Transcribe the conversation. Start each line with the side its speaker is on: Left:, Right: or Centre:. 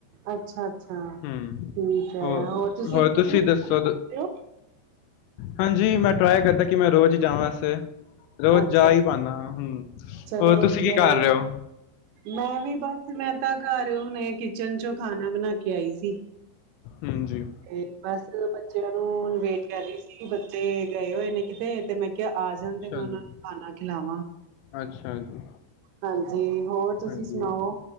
Right: ਅੱਛਾ-ਅੱਛਾ। ਠੀਕ
Left: ਹੂੰ,
Right: ਹੈ,
Left: ਹੋਰ
Right: ਤੁਸੀਂ
Left: ਹੋਰ
Right: ਰੋਜ਼
Left: ਤੁਸੀ
Right: ਗੁਰਦੁਆਰੇ
Left: ਦੱਸੋ
Right: ਜਾਂਦੇ ਹੋ?
Left: ਹਾਂਜੀ ਮੈ ਟਰਾਈ ਕਰਦਾ ਕਿ ਮੈ ਰੋਜ਼ ਹੀ ਜਾਵਾ ਵੈਸੇ ਰੋਜ਼
Right: ਅੱਛਾ,
Left: ਜਾ ਹੀ ਪਾਣਾ, ਹੂੰ
Right: ਚਲੋ
Left: ਹੋਰ
Right: ਵਧੀਆ
Left: ਤੁਸੀਂ ਕੀ ਕਰ
Right: ਐ
Left: ਰਹੇ ਹੋ
Right: ਮੈਂ ਵੀ ਬਸ ਮੈਂ ਤਾਂ ਘਰ ਹੁਣੇ ਕਿਚਨ ਚੋ ਖਾਣਾ ਬਣਾ ਕੇ ਆਈ ਸੀ।
Left: ਹਾਂਜੀ
Right: ਇਹ ਬਸ ਬੱਚਿਆਂ ਨੂੰ ਵੇਟ ਕਰ ਰਹੀ ਸੀ ਬੱਚੇ ਗਏ ਹੋਏ ਨੇ ਕਿਤੇ ਤੇ ਮੈਂ ਕ ਕਿਹਾ ਆ ਜਾਣ
Left: ਅੱਛਾ
Right: ਦੇ ਮੈਂ ਉਹਨਾ
Left: ਜੀ
Right: ਨੂੰ ਖਾਣਾ ਖਿਲਾਵਾ
Left: ਅੱਛਾ ਜੀ
Right: ਹਾਂਜੀ, ਹੋਰ ਤੁਸੀ
Left: ਹਾਂਜੀ
Right: ਸੁਣਾਓ